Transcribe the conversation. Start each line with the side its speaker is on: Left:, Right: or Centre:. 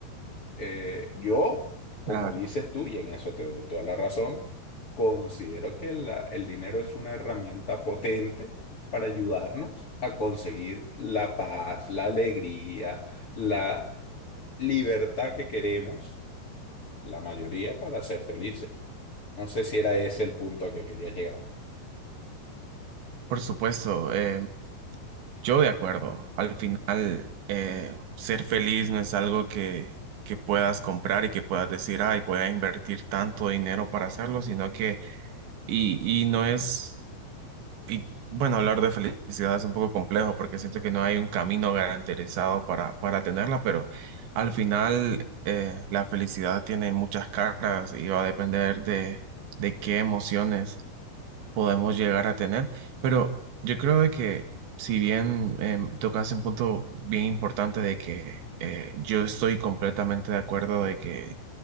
Left: Eh, yo, como
Right: Claro,
Left: dices tú, y en eso te doy toda la razón, considero que la- el dinero es una herramienta potente para ayudarnos a conseguir la paz, la alegría, la libertad que queremos, la mayoría, para ser felices. No sé si era ese el punto a que querías llegar.
Right: por supuesto, eh, yo de acuerdo. Al final, eh, ser feliz no es algo que, que puedas comprar y que puedas decir, ay, voy a invertir tanto dinero para hacerlo, sino que, y, y no es, y bueno, hablar de felicidad es un poco complejo porque siento que no hay un camino garantizado para, para tenerla, pero al final, eh, la felicidad tiene muchas caras y va a depender de, de qué emociones podemos llegar a tener, pero yo creo de que si bien tocas un punto bien importante de que eh, yo estoy completamente de acuerdo de que